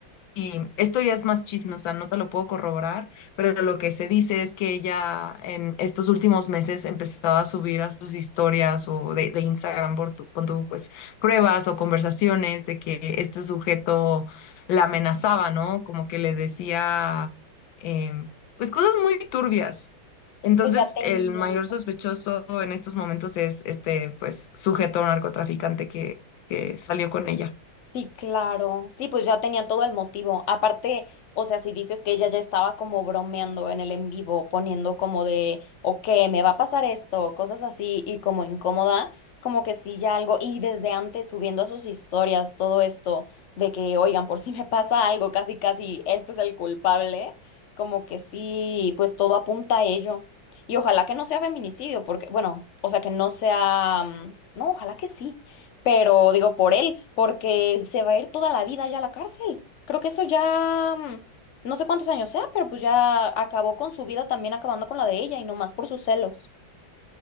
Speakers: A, on the left; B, on the left.
A: y esto ya es más chisme, o sea, no te lo puedo corroborar, pero lo que se dice es que ella en estos últimos meses empezaba a subir a sus historias o de, de Instagram por tu, pon tú, pues pruebas o conversaciones de que este sujeto la amenazaba, ¿no? Como que le decía, em, pues cosas muy turbias. Entonces,
B: Pues ya tenía.
A: el mayor sospechoso en estos momentos es este, pues, sujeto narcotraficante que, que salió con ella.
B: Sí, claro. Sí, pues ya tenía todo el motivo. Aparte, o sea, si dices que ella ya estaba como bromeando en el en vivo, poniendo como de, ok, me va a pasar esto, cosas así, y como incómoda, como que sí, ya algo, y desde antes subiendo a sus historias todo esto de que, oigan, por si me pasa algo, casi, casi, este es el culpable, como que sí, pues todo apunta a ello. Y ojalá que no sea feminicidio, porque, bueno, o sea, que no sea, mm, no, ojalá que sí pero digo por él, porque se va a ir toda la vida ya a la cárcel. Creo que eso ya, mm, no sé cuántos años sea, pero pues ya acabó con su vida también acabando con la de ella y no más por sus celos.